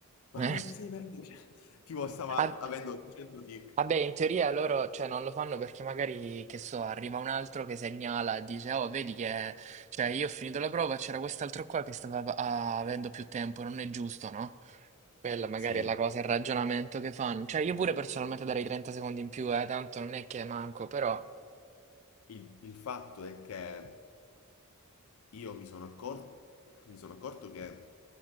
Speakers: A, on the left; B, on the right.
A: ma
B: Eh.
A: come ti sei perduto? Cioè, Tipo, stava
B: Ah, <laughs>
A: avendo 800 tic.
B: Vabbè, in teoria loro, cioè, non lo fanno perché magari, che so, arriva un altro che segnala e dice, oh, vedi che, cioè, io ho finito la prova, c'era quest'altro qua che stava ah, avendo più tempo, non è giusto, no? Quella magari
A: Sì,
B: è la cosa, il ragionamento che fanno. Cioè, io pure personalmente darei 30 secondi in più, eh, tanto non è che manco, però...
A: il, il fatto è che io mi sono accorto, mi sono accorto che